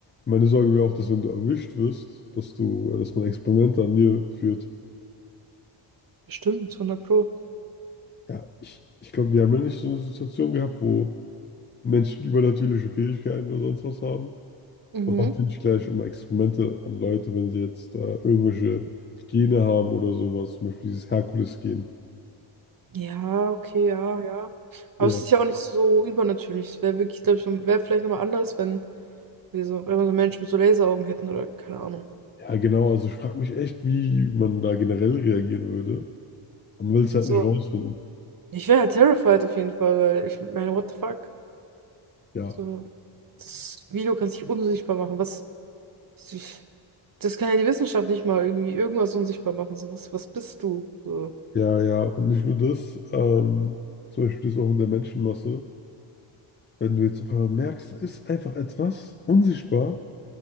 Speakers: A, on the left; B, on the right.
A: meine Sorge wäre auch, dass wenn du erwischt wirst, dass du, äh, dass man Experimente an dir führt.
B: Stimmt, hundert Pro.
A: Ja, ich, ich glaube, wir haben ja nicht so eine Situation gehabt, wo Menschen übernatürliche Fähigkeiten oder sonst was haben.
B: Mhm.
A: Man macht ja nicht gleich immer Experimente an Leute, wenn sie jetzt äh, irgendwelche Gene haben oder sowas, zum Beispiel dieses Herkules-Gen.
B: Ja, okay, ja, ja.
A: Ja.
B: Aber es ist ja auch nicht so übernatürlich. Es wäre wirklich, glaube ich, noch- wäre vielleicht nochmal anders, wenn wir so, wenn wir so Menschen mit so Laseraugen hätten oder keine Ahnung.
A: Ja, genau, also ich frage mich echt, wie man da generell reagieren würde. Aber man will es halt
B: So,
A: nicht rausfinden.
B: ich wäre halt terrified auf jeden Fall, weil ich meine, what the fuck?
A: Ja,
B: So, das Video kann sich unsichtbar machen. Was, was- das kann ja die Wissenschaft nicht mal irgendwie irgendwas unsichtbar machen. So, was, was bist du? So.
A: ja, ja. Und nicht nur das, ähm, zum Beispiel das auch mit der Menschenmasse. Wenn du jetzt auf einmal merkst, da ist einfach etwas unsichtbar.